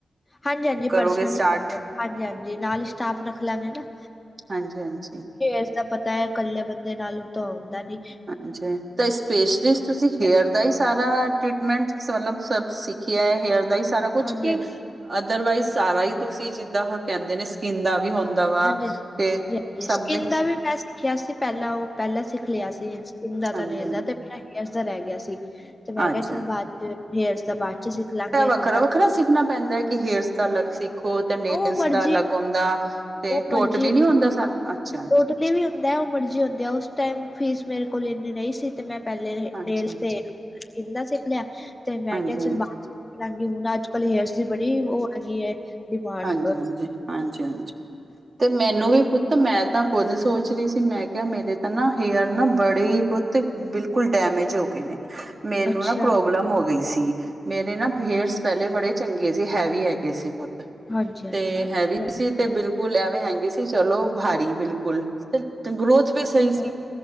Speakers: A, on the left; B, on the right.
A: ਹਾਂਜੀ, ਹਾਂਜੀ
B: ਕਰੋਗੇ
A: ਪਰਸਨਲੀ
B: ਸਟਾਰਟ
A: ਖੋਲਿਆ ਹਾਂ ਹਾਂਜੀ ਨਾਲ ਹੀ ਸਟਾਫ ਰੱਖ ਲਾ ਗੇ ਨਾ
B: ਹਾਂਜੀ ਹਾਂਜੀ
A: ਇਸਦਾ ਪਤਾ ਹੈ ਇਕੱਲੇ ਬੰਦੇ ਨਾਲ ਤੇ ਹੁੰਦਾ ਨਹੀ।
B: ਹਾਂਜੀ ਤੇ ਸਪੇਸ਼ਲਿਸਟ ਤੁਸੀਂ ਹੇਅਰ
A: ਹਾਂਜੀ-ਹਾਂਜੀ,
B: ਦਾ ਹੀ ਸਾਰਾ ਟ੍ਰੀਟਮੈਂਟ ਮਤਲਬ ਸਿੱਖਿਆ ਹੇਅਰ ਦਾ ਹੀ ਸਾਰਾ ਕੁਛ
A: ਹਾਂਜੀ-ਹਾਂਜੀ।
B: ਕਿ ਅਦਰਵਾਈਜ਼ ਸਾਰਾ ਹੀ ਤੁਸੀਂ ਜਿੱਦਾਂ ਉਹ ਕਹਿੰਦੇ ਨੇ ਸਕਿੰਨ ਦਾ ਵੀ ਹੁੰਦਾ ਵਾ
A: ਹਾਂਜੀ ਹ
B: ਤੇ
A: ਹਾਂਜੀ
B: ਸਭ
A: ਸਕਿੰਨ
B: ਦੇ
A: ਦਾ ਵੀ ਮੈ ਸਿਖਿਆ ਸੀ ਪਹਿਲਾਂ ਉਹ ਪਹਿਲਾਂ ਸਿੱਖ ਲਿਆ ਸੀ ਸਕੀਨ ਦਾ
B: ਹਾਂਜੀ
A: ਤੇ ਨੇਲ
B: ਹਾਂਜੀ
A: ਦਾ ਮੇਰਾ ਹੇਅਰਸ ਦਾ ਰਹਿ ਗਿਆ ਸੀ। ਤੇ ਮੈਂ ਕਿਹਾ
B: ਅੱਛਾ
A: ਚੱਲ ਬਾਅਦ ਚ ਹੇਅਰ ਦਾ ਬਾਅਦ ਚ ਸਿੱਖ ਲਾਂਗੇ
B: ਏਹ ਵੱਖਰਾ,
A: ਜਿੱਦਾਂ
B: ਵੱਖਰਾ ਸਿੱਖਣਾ ਪੈਂਦਾ ਕਿ ਹੇਅਰਸ ਦਾ ਅਲੱਗ ਸਿੱਖੋ ਤੇ ਨੇਲਸ
A: ਉਹ ਮਰਜੀ
B: ਦਾ ਅਲੱਗ ਹੁੰਦਾ। ਤੇ
A: ਉਹ
B: ਟੋਟਲੀ
A: ਮਰਜੀ ਹੁੰਦੀ
B: ਹੀ ਨੀ ਹੁੰਦਾ ਸਾਰਾ ਅੱਛਾ, ਅਛਾ।
A: ਟੋਟਲੀ ਵੀ ਹੁੰਦਾ ਉਹ ਮਰਜ਼ੀ ਹੁੰਦੀ ਹੈ ਉਸ ਟਾਈਮ ਫੀਸ ਮੇਰੇ ਕੋਲ ਇੰਨੀ ਨਹੀਂ ਸੀ ਤੇ ਮੈਂ ਪਹਿਲੇ
B: ਹਾਂਜੀ-ਹਾਂਜੀ,
A: ਨੇਲ ਤੇ ਸਕੀਨ ਦਾ ਸਿੱਖ ਲਿਆ ਤੇ ਮੈਂ
B: ਹਾਂਜੀ-ਹਾਂਜੀ,
A: ਕਿਹਾ ਚੱਲ ਬਾਾਅਦ ਸਿਖ ਲਾਗੀ ਹੁਣ ਅੱਜ ਕਲ ਹੇਅਰ ਦੀ ਬੜੀ ਉਹ ਹੈਗੀ ਹੈ ਡਿਮਾਂਡ
B: ਹਾਂਜੀ-ਹਾਂਜੀ, ਹਾਂਜੀ-ਹਾਂਜੀ ਤੇ ਮੈਨੂੰ ਵੀ ਪੁੱਛ ਮੈਂ ਤਾਂ ਖੁਦ ਸੋਚ ਰਹੀ ਸੀ ਮੈਂ ਕਿਹਾ ਮੇਰੇ ਤਾਂ ਨਾ ਹੇਅਰ ਨਾ ਬੜੇ ਹੀ ਪੁਤ ਬਿਲਕੁਲ ਡੈਮੇਜ ਹੋ ਗਏ ਨੇ ਮੈਨੂੰ
A: ਅੱਛਾ
B: ਨਾ ਪ੍ਰੋਬਲਮ ਹੋ ਗਈ ਸੀ। ਮੇਰੇ ਨਾ ਹੇਅਰਸ ਪਹਿਲੇ ਬੜੇ ਚੰਗੇ ਸੀ ਹੈਵੀ ਹੈਗੇ ਸੀ ਪੁੱਤ
A: ਹਾਂਜੀ ਹਾਂਜੀ
B: ਤੇ
A: ਅੱਛਾ
B: ਹੈਵੀ ਸੀ ਤੇ ਬਿਲਕੁਲ ਐਵੇਂ ਹੈਂਗੇ ਸੀ ਚਲੋ ਭਾਰੀ ਬਿਲਕੁਲ ਗਰੋਥ ਵੀ
A: ਅੱਛਾ
B: ਸਹੀ ਸੀ